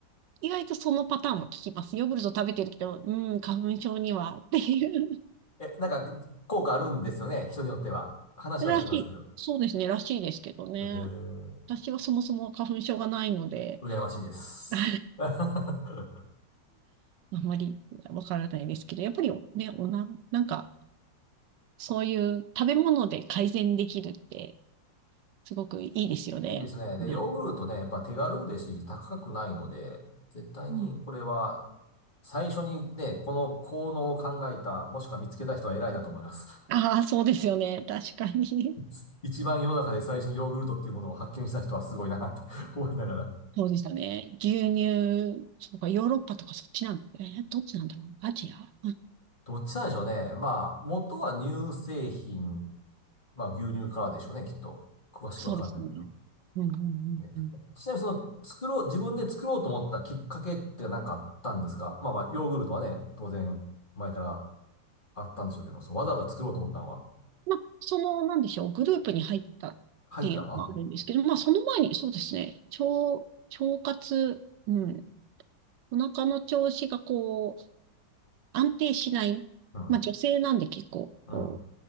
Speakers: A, on the right (about 75°); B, on the left (about 25°).
A: 意外とそのパターンも聞きます。ヨーグルト食べてるけど、うん、花粉症にはっていう。
B: え、なんか効果あるんですよね、人によっては。話は聞きますけど。
A: らしい。そうですね、らしいですけどね。
B: え
A: 私はそもそも花粉症がないので、
B: 羨ましいです。
A: <laughs> あ
B: <laughs>
A: まりわからないですけど、やっぱりね、おな、なんか、そういう食べ物で改善できるって、すごくいいですよね。
B: いいですね。で、
A: はい。
B: ヨーグルトね、やっぱ手軽ですし、高くないので、絶対にこれは、
A: うん、
B: 最初にね、この効能を考えた、もしくは見つけた人は偉いなと思います。
A: ああ、そうですよね。確かに。
B: <laughs> 一番世の中で最初にヨーグルトっていうものを発見した人はすごいなって <laughs> 思いながら。
A: そうですよね。牛乳、そうか、ヨーロッパとかそっちなん、えーどっちなんだろう。アジア
B: どっちなんでしょうね。まあ、元は乳製品、まあ牛乳からでしょうね、きっと。詳しくわかんないけど。
A: そうですね。うんうんうんうん。
B: <laughs> ねちなみにその、作ろう、自分で作ろうと思ったきっかけって何かあったんですかまあまあ、ヨーグルトはね、当然、前からあったんでしょうけど、そう、わざわざ作ろうと思ったのは、
A: まあ、その、なんでしょう、グループに入ったっていうのもあるんですけど、
B: 入った、あ、
A: まあ、その前に、そうですね、腸、腸活、うん、お腹の調子がこう、安定しない。
B: うん、
A: まあ、女性なんで結構、
B: うん。
A: こう、